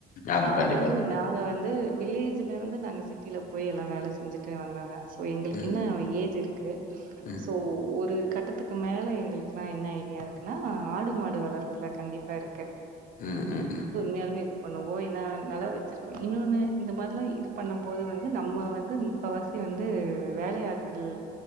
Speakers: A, on the left (about 55°); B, on the right (about 55°).
A: ஆமா, கண்டிப்பா.
B: அதாவது நாங்க வந் து வில்லேஜ்ல இருந்து நாங்க சிட்டில போய் எல்லாம் வேல செஞ்சுட்டு வந்தவங்க ப்போ எங்களுக்கு
A: ம்,
B: இன்னும் ஏஜ் இருக்கு
A: ம்,
B: சோ ஒரு கட்டத்துக்கு மேல எங்களுக்குல்லாம் என்ன ஐடியா இருக்குன்னா ஆடு மாடு வளர்ப்புல கண்டிப்பா இருக்கு
A: ம் ம் ம்
B: உண்மயாலுமே இது பண்ணுவோம் ஏனா நெலம் வச்சிருக்கோம் இன்னொன்னு இந்த மாரிலாம் இது பண்ணும் போது வந்து நம்ம வந்து முக்காவாசி வந்து வேலயாட்கள்